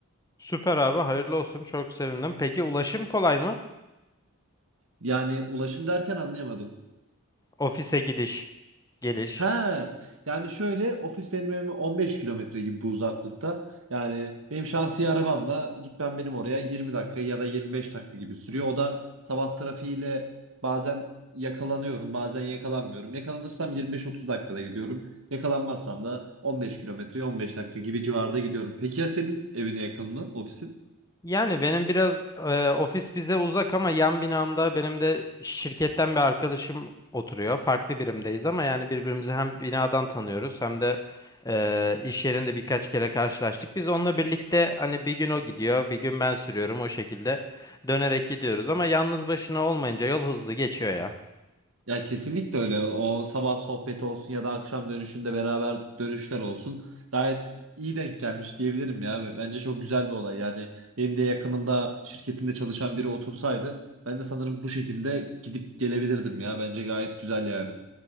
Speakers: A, on the left; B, on the right.
A: Süper abi, hayırlı olsun. Çok sevindim. Peki ulaşım kolay mı?
B: Yani ulaşım derken anlayamadım.
A: Ofise gidiş, geliş.
B: Ha, yani şöyle ofis benim evime 15 kilometre gibi bu uzaklıkta. Yani benim şahsi arabamla gitmem benim oraya 20 dakika ya da 25 dakika gibi sürüyor. O da sabah trafiğiyle bazen yakalanıyorum, bazen yakalanmıyorum. Yakalanırsam 25-30 dakikada gidiyorum. Yakalanmazsam da 15 kilometre, 15 dakika gibi civarda gidiyorum. Peki ya senin evine yakın mı ofisin?
A: Yani benim biraz e, ofis bize uzak ama yan binamda benim de şirketten bir arkadaşım oturuyor. Farklı birimdeyiz ama yani birbirimizi hem binadan tanıyoruz hem de e, iş yerinde birkaç kere karşılaştık. Biz onunla birlikte hani bir gün o gidiyor, bir gün ben sürüyorum o şekilde dönerek gidiyoruz. Ama yalnız başına olmayınca yol hızlı geçiyor ya.
B: Ya kesinlikle öyle. O sabah sohbeti olsun ya da akşam dönüşünde beraber dönüşler olsun. Gayet iyi denk gelmiş diyebilirim ya. Bence çok güzel bir olay. Yani benim de yakınımda şirketinde çalışan biri otursaydı ben de sanırım bu şekilde gidip gelebilirdim ya. Bence gayet güzel yani.